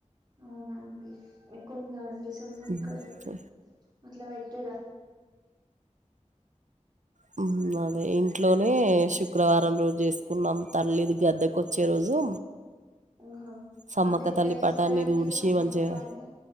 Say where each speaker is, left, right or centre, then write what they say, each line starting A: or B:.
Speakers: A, on the right (about 35°); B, on the right (about 75°).
A: అవున మీకుందా అండి సమ్మక్కలు
B: హ్మ్.
A: అట్లా పెటుడా
B: హ్మ్ అదే ఇంట్లోనే శుక్రవారం రోజు చేసుకున్నాం తల్లిది గద్దకొచ్చే రోజు
A: ఆహా
B: సమ్మక్క
A: అంటే ఎట్లా
B: తల్లి
A: చేస్తారాండి
B: పటాన్ని దూడిచి
A: సమ్మక్క
B: మంచిగా
A: పండగ